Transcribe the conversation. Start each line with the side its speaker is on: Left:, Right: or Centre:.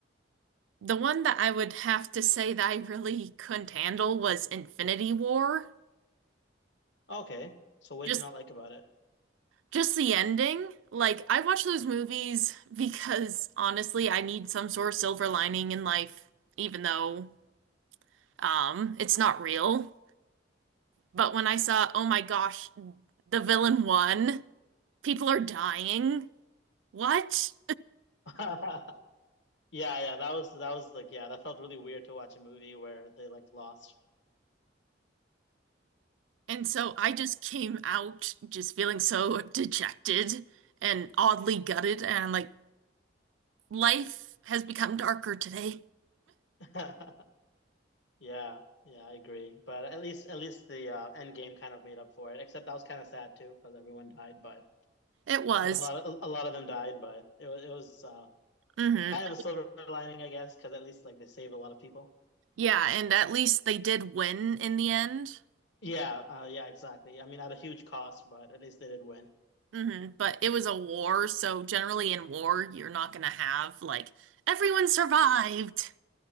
Right: The one that I would have to say that I really couldn't handle was Infinity War.
Left: Okay. So what
Right: Just
Left: did you not like about it?
Right: just the ending. Like I watch those movies because honestly, I need some sort of silver lining in life, even though um it's not real. But when I saw, oh my gosh, the villain won, people are dying. What?
Left: <laughs> Yeah, yeah, that was that was like yeah, that felt really weird to watch a movie where they like lost.
Right: And so I
Left: Yeah.
Right: just came out just feeling so dejected and oddly gutted and like life has become darker today.
Left: <laughs> Yeah. Yeah, I agree. But at least at least the uh end game kind of made up for it. Except that was kind of sad too because everyone died, but
Right: It was.
Left: like a lot of a lot of them died, but it was it was uh
Right: hmm
Left: kind of a silver lining, I guess, because at least like they saved a lot of people.
Right: yeah, and at least they did win in the end.
Left: Yeah, uh yeah, exactly. I mean, at a huge cost, but at least they did win.
Right: hmm But it was a war, so generally in war, you're not gonna have like everyone survived.